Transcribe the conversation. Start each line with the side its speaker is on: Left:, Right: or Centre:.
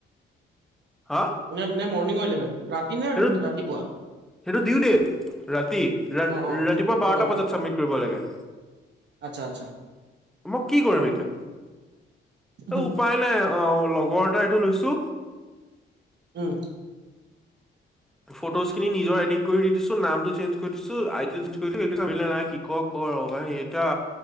Centre: হা?
Right: <unintelligible>
Centre: সেইটোত
Right: ৰাতিপুৱা
Centre: সেইটো দিও দেই ৰাতি ৰা
Right: অ অ
Centre: ৰাতিপুৱা বাৰটা
Right: অকে অকে
Centre: বজাত চাবমিট কৰিব লাগে।
Right: আচ্ছা, আচ্ছা
Centre: মই কি কৰিম এতিয়া?
Right: উম
Centre: সেই উপায় নাই, অ' লগৰ এটা এইটো লৈছো।
Right: উম'।
Centre: ফটজ খিনি নিজৰ এডিট কৰি দি দিছো, নামটো চেঞ্জ কৰি দিছো, আইডি চেঞ্জ কৰি দিছো, <unintelligible> কৰ আৰু ভাই, এতিয়া